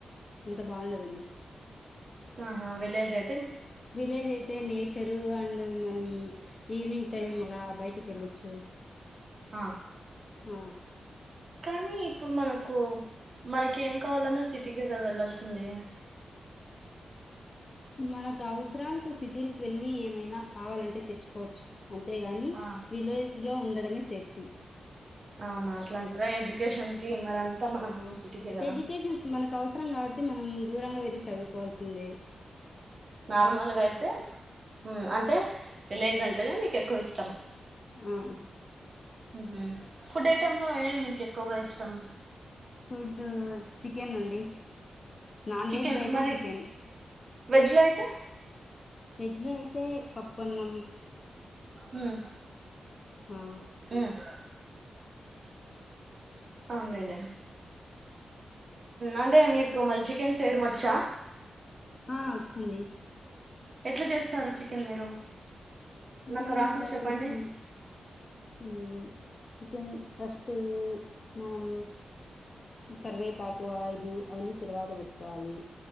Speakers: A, on the left (about 35°); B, on the right (about 40°).
A: ఇంత బాగుండదండి
B: ఆహా విలేజ్ ఐ
A: విలేజ్ అయితే నేచరు అండ్ మనం ఈవినింగ్ టైం
B: హ్మ్
A: అలా బయటికి వెళ్ళ చు
B: ఆ
A: ఉ
B: కానీ ఇప్పుడు మనకు మనకి ఏం కావాలన్నా సిటీకి కదా వెళ్లాల్సింది.
A: <inaudible> మనకు అవసరాలకు సిటీలకి వెళ్ళి ఏమైనా కావాలంటే తెచ్చుకోవచ్చు. అంతేగాని
B: ఆ
A: విలేజ్ లో ఉండడమే సేఫ్టీ
B: అవునా అట్లా అంటారా ఎడ్యుకేషన్ కి మరంతా మనం సిటీకే కదా
A: ఎడ్యుకేషన్స్ మనకు అవసరం కాబట్టి మనం దూరంగా వెళ్ళి చదువు కోవాల్సిందే
B: నార్మల్గా అయితే అంటే విలేజ్ అంటేనే మీకు ఎక్కువ ఇష్టం.
A: ఉమ్మ్
B: మ్మ్ ఫుడ్ ఐటెమ్ లో ఏది మీకు ఎక్కువగా ఇష్టం.
A: ఫుడ్ చికెన్ అండి నాన్
B: చికెన్
A: వెజ్ లో అయితే
B: మరి
A: చికెన్
B: వెజ్ లో అయితే
A: వేజ్ లో అయితే పప్పు అన్నం.
B: ఉమ్
A: ఆ
B: ఉమ్
A: <inaudible>
B: అవునండి. అంటే మీకు మరి చికెన్ చేయడం వచ్చా.
A: ఆ వచ్చండి.
B: ఎట్లా చేస్తారు చికెన్ మీరు
A: చికెన్
B: నాకు ప్రాసెస్
A: ఎలా
B: చెప్పండి
A: చేస్తాం. మ్మ్ చికెన్ ఫస్టు మనం కరివేపాకు ఆయిలు అవన్నీ తర్వాత పెట్టుకోవాలి.